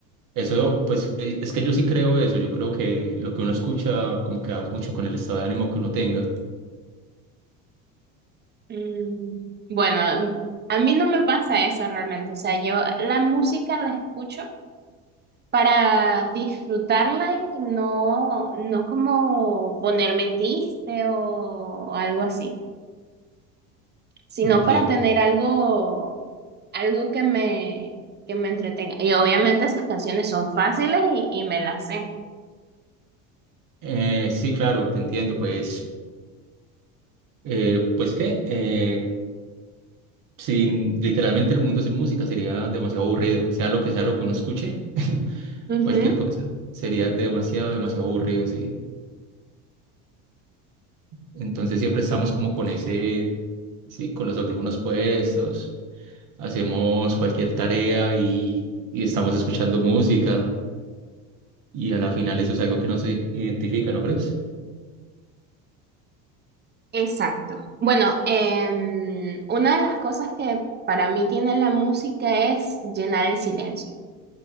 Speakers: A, on the right; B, on the right.
A: Eso, pues, eh, es que yo sí creo eso. Yo creo que lo que uno escucha como que va mucho con el estado de ánimo que uno tenga.
B: Mm, Bueno, a mí no me pasa eso realmente. O sea, yo la música la escucho para disfrutarla y no, no como ponerme triste o algo así, sino
A: Entiendo.
B: para tener algo, algo que me, que me entretenga. Y obviamente esas canciones son fáciles y, y me las sé.
A: Eh, sí, claro, te entiendo. Pues, eh, pues qué, eh, sin literalmente el mundo sin música sería demasiado aburrido. Sea lo que sea lo que uno escuche, <laughs>
B: Ujú.
A: cualquier cosa sería demasiado, demasiado aburrido, sí. Entonces siempre estamos como con ese, sí, con los audífonos puestos, hacemos cualquier tarea y, y estamos escuchando música. Y a la final eso es algo que no se identifica, ¿no crees?
B: Exacto. Bueno, em, una de las cosas que para mí tiene la música es llenar el silencio.